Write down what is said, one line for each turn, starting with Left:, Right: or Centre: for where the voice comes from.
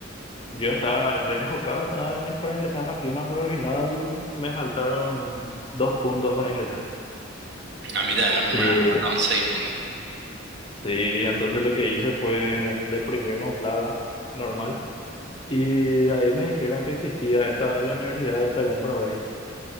Left: yo estaba re enfocado estaba en- para ingresar en la FIUNA, pero al final me faltaron dos puntos para ingresar.
Right: A mí también la primera
Left: Y
Right: vez me faltaban seis puntos.
Left: Sí, entonces lo que hice fue deprimirme un flara normal. Y ahí me dijeron que existía esta la Universidad de Taibán Paraguay.